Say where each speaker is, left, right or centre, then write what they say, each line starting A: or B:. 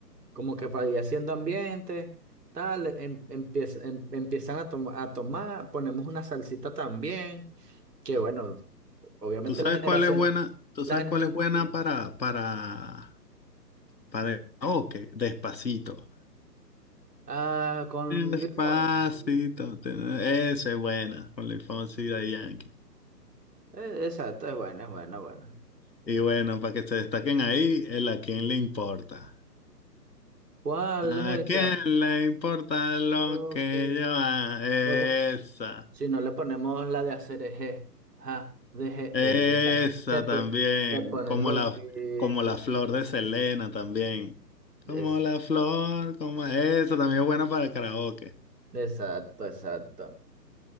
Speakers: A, on the right; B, on the left.
A: como que para ir haciendo ambiente, tal, em- empieza- em- empiezan a, toma- a tomar, ponemos una salsita también, que bueno, obviamente
B: ¿Tú sabes
A: la generación,
B: cuál es buena? ¿Tú
A: la
B: sabes
A: gen-
B: cuál es buena
A: dime.
B: para, para, para el karaoke? Despacito.
A: Ah, con Luis
B: Despacito.
A: Fonsi.
B: te- Esa es buena, con Luis Fonsi y Daddy Yankee.
A: Eh, Exacto, es buena, es buena, buena.
B: Y bueno, para que se destaquen ahí, el a quién le importa.
A: ¿Cuál
B: ¿A
A: es
B: quién
A: esa?
B: le importa lo
A: Ok.
B: que yo haga?
A: O
B: Esa.
A: Si no le ponemos la de hacer eje, ja, deje,
B: Esa
A: eh, esa. Se, po-
B: también,
A: se ponen
B: como
A: loquísimos.
B: la, como la flor de Selena también. Como
A: Es,
B: la flor, como esa también es buena para el karaoke.
A: exacto, exacto.